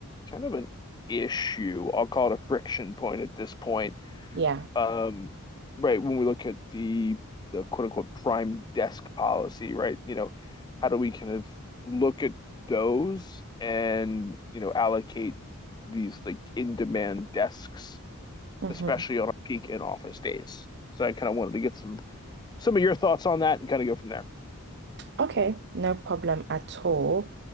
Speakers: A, on the left; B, on the right.
A: kind of an issue. I'll call it a friction point at this point
B: Yeah.
A: um, right, when we look at the the quote unquote prime desk policy, right? You know, how do we kind of look at those and, you know, allocate these like in-demand desks,
B: hmm
A: especially on our peak in-office days? So I kind of wanted to get some some of your thoughts on that and kind of go from there.
B: Okay. No problem at all.